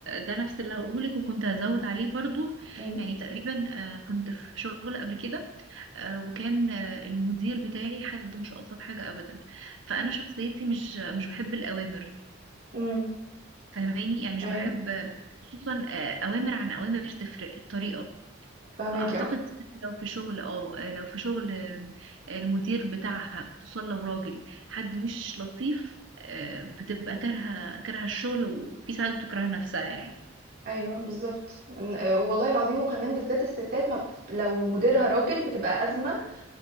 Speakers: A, on the right (about 65°); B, on the right (about 45°).
A: ده نفس اللي هقوله لك وكنت هزود عليه برضو
B: مم.
A: يعني تقريبا آه، كنت في شغل قبل كده آه، وكان آه، المدير بتاعي حد مش الطف حاجة ابدا فانا
B: مم.
A: شخصيتي مش مش بحب الاوامر
B: امم
A: فهماني يعني مش
B: ايوه
A: بحب خصوصا آه، اوامر عن اوامر تفرق الطريقة
B: فهماكي
A: فأعتقد
B: اه
A: لو في شغل اه لو في شغل آم، المدير بتاعها خصوصا لو راجل حد مش لطيف آه، بتبقى كارهة كارهة الشغل وفي ساعات بتكره نفسها يعني
B: ايوه بالظبط إن- آه، والله العظيم وكمان بالذات الستات ما بت... لو مديرها راجل بتبقى ازمه